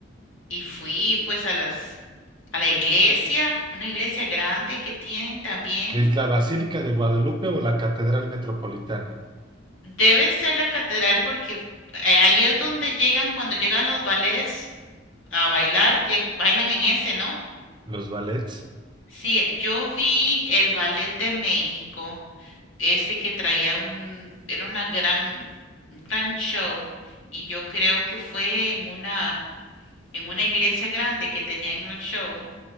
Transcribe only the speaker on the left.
y fui pues a las a la iglesia, una iglesia grande que tienen también.
Debe ser la catedral porque eh, ahí es donde llegan cuando llegan los ballets a bailar, lle- bailan en ese, ¿no?
Sí, yo vi el ballet de México, ese que traía un, era una gran, un gran show, y yo creo que fue en una, en una iglesia grande que tenían el show,